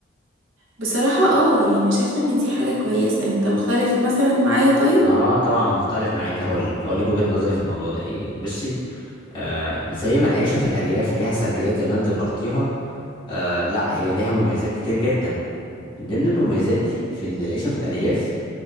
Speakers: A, on the right; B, on the left.
A: بصراحة اه يعني شايفة ان دي حاجة كويسة انت مختلف مثلا معايا طيب
B: اه طبعا مختلف معاك هقول لك هقول لك وجهة نظري في الموضوع ده ايه بصي آه زي ما العيشه في الارياف ليها سلبيات زي ما انت ذكرتيها آه لا هي ليها مميزات كتير جدا من ضمن المميزات دي في ان العيشه في الارياف